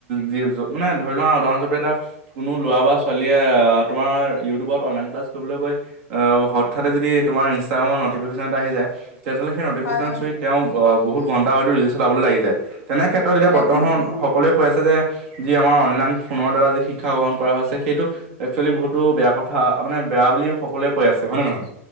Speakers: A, on the right (about 65°); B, on the left (about 85°).
A: যি যো মানে ধৰি লোৱা উদাহৰণ হিচাবে এটা, কোনো ল'ৰা বা ছোৱালীয়ে তোমাৰ ইউটিউবত অনলাইন ক্লাছ কৰিবলৈ গৈ অ', হঠাৎ যদি তোমাৰ ইনষ্টাগ্ৰামৰ ন নটিফিকেচন এটা আহি যায় তেতিয়া হ'লে সেই নটিফিকেচন
B: হয় হয়
A: চুই তেওঁ বহুত ঘণ্টা হয়তো তেওঁ ৰিল চলাবলৈ লাগি যায়, তেনে ত' তেতিয়া
B: লাগিছে
A: বৰ্তমান সকলোৱে কৈ আছে যে, যি আমাৰ অনলাইন ফোনৰ দ্বাৰা যি শিক্ষা গ্ৰহণ কৰা হৈছে সেইটো একচুৱেলি বহুতো বেয়া কথা মানে বেয়া বুলি সকলোৱে কৈ আছে হয় নে নহয়?